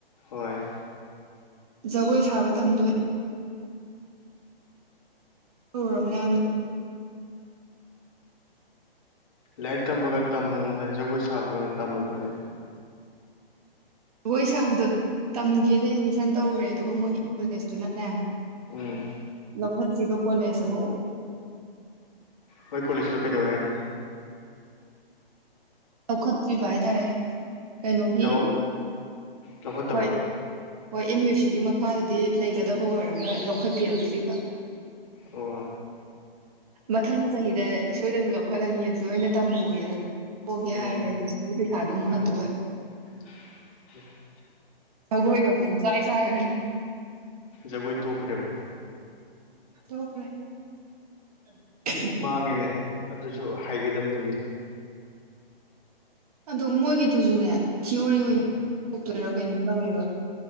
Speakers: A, on the left; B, on the right.
A: ꯍꯣꯏ
B: ꯖꯒꯣꯏ ꯁꯥꯕ ꯇꯝꯗꯣꯏ ꯇꯧꯔꯝ ꯌꯥꯝꯅ
A: ꯂꯥꯏꯔꯤꯛ ꯇꯝꯕꯒ ꯇꯝꯃꯣꯔꯅꯨꯗ ꯖꯒꯣꯏ ꯁꯥꯕ ꯑꯣꯢꯅ ꯇꯝꯃꯣ ꯑꯗꯨꯗꯤ
B: ꯗꯒꯣꯏ ꯁꯥꯕꯗꯣ ꯇꯝꯒꯦꯅ ꯑꯦꯠꯃꯤꯁꯟ ꯇꯧꯔꯨꯔꯦ ꯑꯗꯨꯒ ꯃꯣꯏꯒꯤ ꯀꯣꯂꯦꯖꯇꯨꯅꯅꯦ
A: ꯎꯝ
B: ꯂꯧꯈꯠꯈꯤꯕ ꯀꯣꯂꯦꯁ ꯑꯃꯨꯛ
A: ꯃꯣꯏ ꯀꯣꯂꯦꯖꯇꯣ ꯀꯩꯗꯧꯋꯦ ꯍꯥꯏꯅꯣ
B: ꯂꯧꯈꯠꯇ꯭ꯔꯤꯕ ꯍꯥꯏꯇꯥꯔꯦ ꯀꯩꯅꯣꯒꯤ
A: ꯌꯥꯎ ꯂꯧꯈꯠꯇꯕ
B: ꯍꯣꯏ ꯍꯣꯏ ꯑꯦꯝ ꯌꯨ ꯁꯤꯒꯤ ꯃꯈꯥꯗꯗꯤ ꯂꯩꯒꯗꯕ ꯑꯣꯏꯔꯒ ꯂꯧꯈꯠꯄꯤꯔꯛꯇ꯭ꯔꯤꯕ
A: ꯑꯣ
B: ꯃꯊꯪ ꯆꯍꯤꯗ ꯑꯩ ꯁꯣꯏꯗꯅ ꯂꯧꯈꯠꯂꯅꯤ ꯑꯗꯨꯗ ꯑꯣꯢꯅ ꯇꯝꯃꯣꯌꯦ <unintelligible> ꯇꯣꯛꯑꯒꯦ
A: ꯎꯝ
B: ꯍꯥꯏꯔꯒ ꯑꯦꯗꯃꯤꯁꯟꯒꯤ ꯄꯩꯁꯥꯗꯣ ꯑꯃꯨꯛ
A: ꯑꯗꯨ
B: ꯍꯟꯇꯣꯛꯍꯜ
A: <unintelligible>
B: ꯁꯪꯒꯣꯢꯒ ꯄꯨꯡꯆꯥꯏ ꯆꯥꯢꯔꯦ
A: ꯖꯒꯣꯏ ꯇꯣꯛꯈ꯭ꯔꯦꯕ
B: ꯇꯣꯛꯈ꯭ꯔꯦ <unintelligible>
A: ꯃꯥꯡꯉꯦꯅꯦ ꯑꯗꯨꯁꯨ ꯍꯥꯏꯒꯗꯝꯅꯤꯅꯦ
B: ꯑꯗꯣ ꯃꯣꯏꯒꯤꯗꯨꯖꯨꯅꯦ ꯊꯤꯌꯣꯔꯤ ꯑꯣꯏꯅ
A: ꯎꯝ
B: ꯇꯣꯛꯇꯨꯢꯔꯥ ꯀꯩꯅꯣꯝ ꯇꯧꯋꯦꯕ